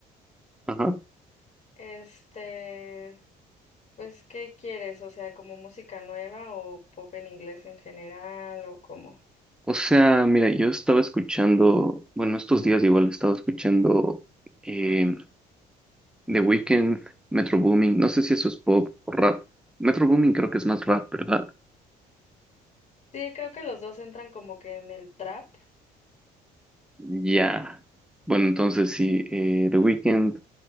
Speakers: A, in the centre; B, on the left.
A: Ajá.
B: Este, pues, ¿qué quieres? O sea, ¿como música nueva o pop en inglés en general o cómo?
A: O sea, mira, yo estaba escuchando, bueno, estos días igual estaba escuchando eh, The Weeknd, Metro Boomin, no sé si eso es pop o rap. Metro Boomin creo que es más rap, ¿verdad?
B: Sí, creo que los dos entran como que en el trap.
A: Ya. Bueno, entonces sí, eh, The Weeknd,